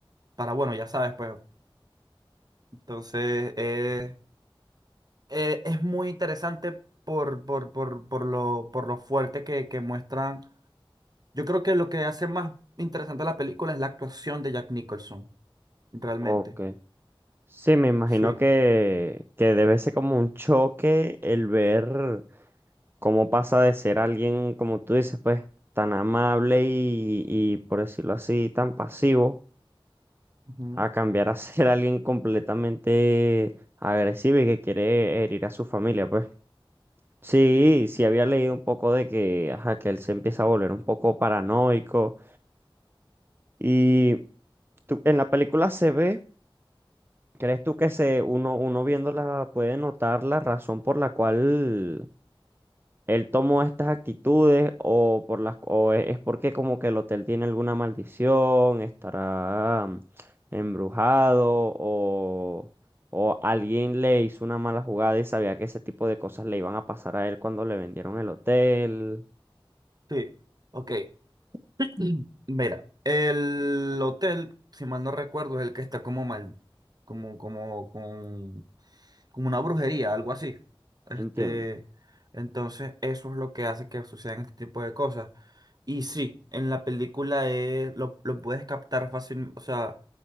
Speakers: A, on the right; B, on the right.
A: para, bueno, ya sabes, pues. Entonces, eh, eh, es muy interesante por, por, por, por lo, por lo fuerte que, que muestran. Yo creo que lo que hace más interesante la película es la actuación de Jack Nicholson, realmente.
B: Ok. Sí, me imagino
A: Sí.
B: que, que debe ser como un choque el ver. cómo pasa de ser alguien, como tú dices, pues tan amable y, y por decirlo así, tan pasivo,
A: Ujú,
B: a cambiar a <laughs> ser alguien completamente agresivo y que quiere herir a su familia, pues. Sí, sí había leído un poco de que, ajá, que él se empieza a volver un poco paranoico y tú- en la película se ve, ¿crees tú que se uno uno viéndola puede notar la razón por la cual él tomó estas actitudes o por las o e- es porque como que el hotel tiene alguna maldición, estará mm, embrujado o o alguien le hizo una mala jugada y sabía que ese tipo de cosas le iban a pasar a él cuando le vendieron el hotel.
A: Sí, ok. <clears throat> Mira, el hotel, si mal no recuerdo, es el que está como mal, como, como, con, como una brujería, algo así. Este,
B: Entiendo.
A: entonces, eso es lo que hace que sucedan este tipo de cosas. Y sí, en la película es, lo, lo puedes captar fácil, o sea,